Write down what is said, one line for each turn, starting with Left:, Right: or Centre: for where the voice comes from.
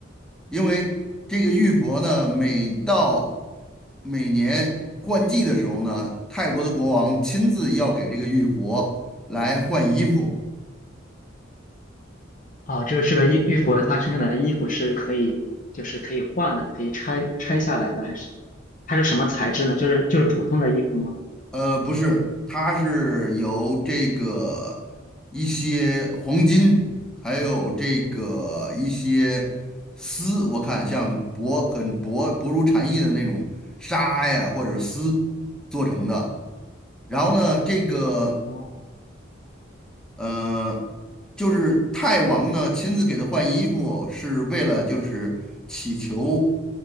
Centre: 因为这个玉佛呢，每到每年换季的时候呢，泰国的国王亲自要给这个玉佛来换衣服。
Left: 哦，这是这个玉玉佛，它身上的衣服是可以，就是可以换的，可以拆拆下来的，还是它是什么材质呢？就是就是普通的衣服吗？
Centre: 呃，不是，它是由这个一些黄金，还有这个一些丝，我看像薄很薄薄如蝉翼的那种纱呀，或者丝做成的。然后呢，这个。
Left: 哦，
Centre: 呃，就是泰王呢亲自给他换衣服，是为了就是祈求